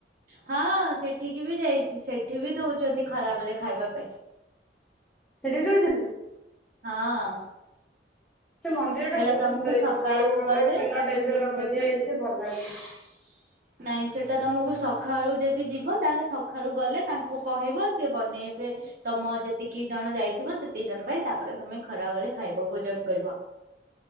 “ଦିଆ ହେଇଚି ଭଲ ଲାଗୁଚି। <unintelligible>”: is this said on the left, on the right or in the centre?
Centre